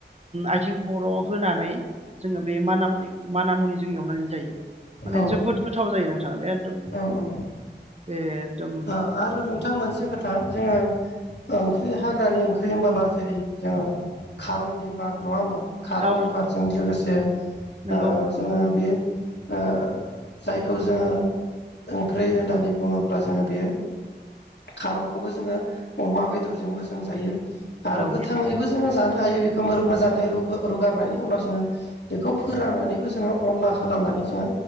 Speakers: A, on the right; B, on the left.
A: आथिं खर होनानै जोङो बे मानामुनि मानामुनिजों एवनानै जायो माने
B: औ
A: जोबोद गोथाव जायो नोंथां बे
B: औ औ
A: एदम
B: ओ आरो नोंथां मोनसे खोथा जोङो ओंख्रि हाग्रानि ओं ख्रि होमबोला जेरै जोङो खारं बिबार नङा होमबा खारं
A: औ
B: बिबारजों लोगोसे ओ
A: नंगौ
B: जोङो बे ओ जायखौ जोङो ओंख्रि होनानै बुङोब्ला जोङो बे खारंखौबो जोङो अमा बेदरजोंबो जों जायो आरो
A: औ
B: गोथाङैबो जोङो जानो हायो मोर मोजाङै रूगो रुगारनायनि उनाव जोङो बेखौ फोराननानैबो जोङो अनला खालाम खालामनानै जोङो